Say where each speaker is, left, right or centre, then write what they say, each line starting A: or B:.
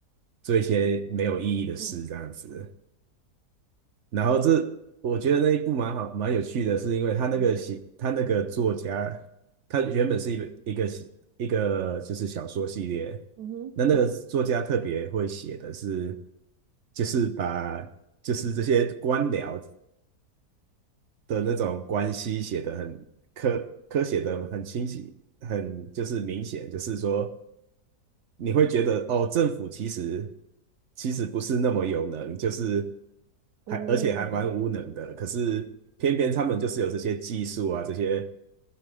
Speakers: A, on the right; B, on the right.
A: 做一些没有意义的事这样子。
B: 嗯
A: 然后这我觉得那一部蛮好蛮有趣的，是因为他那个写他那个作家，
B: 嗯
A: 他原本是一个一个一个就是小说系列，
B: 嗯哼，
A: 那那个作家特别会写的是，就是把就是这些官僚的那种关系写得很科科写的很清晰，很就是明显，就是说。你会觉得哦，政府其实其实不是那么有能，就是
B: 哦，
A: 还而且还蛮无能的。可是偏偏他们就是有这些技术啊，这些